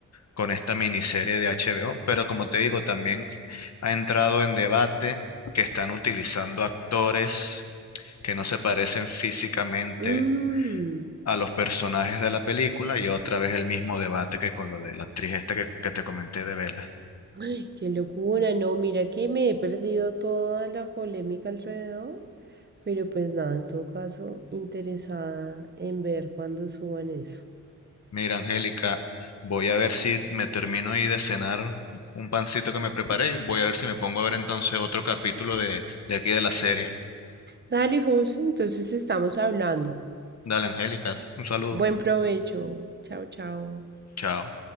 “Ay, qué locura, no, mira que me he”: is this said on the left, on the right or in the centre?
Right